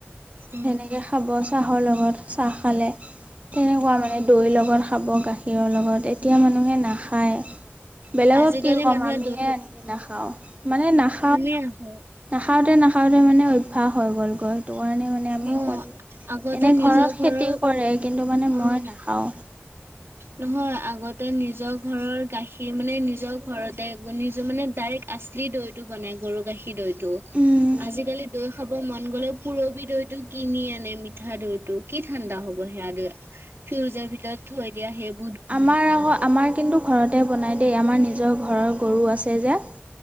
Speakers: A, on the right (about 65°); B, on the right (about 30°).
A: উম,
B: সেনেকে খাব চাহৰ লগত চাহ খালে, তেনেকুৱা মানে দৈৰ লগত খাব গাখীৰৰ লগত, এতিয়া মানুহে নাখায়। বেলেগক
A: আজিকালি
B: কি ক'ম
A: মানুহে
B: আমিয়ে নাখাও মানে নাখ
A: আমিয়েই নাখাওঁ।
B: নাখাওঁতে-নাখাওঁতে মানে অভ্যাস হৈ গ'লগৈ! সেইটো কাৰণে মানে আমি
A: অ'
B: <unintelligible>
A: আগতে
B: এনে
A: নিজৰ
B: ঘৰত
A: ঘৰৰ
B: খেতিও কৰে, কিন্তু মানে
A: অ'
B: মই নাখাওঁ।
A: নহয়, আগতে নিজৰ ঘৰৰ গাখীৰ মানে নিজৰ ঘৰতে <unintelligible> মানে ডাইৰেক্ট আছে। আছলী দৈটো বনাই, গৰু গাখীৰ দৈটো।
B: উম,
A: আজিকালি দৈ খাব মন গ'লেও পুৰবি দৈটো কিনি আনে, মিঠা দৈটো কি ঠাণ্ডা হ'ব? সেয়া দৈ ফিউজৰ ভিতৰত থৈ দিয়া সেইবো
B: আমাৰ আকৌ, আমাৰ কিন্তু ঘৰতে বনায় দেই আমাৰ নিজৰ ঘৰৰ গৰু আছে যে।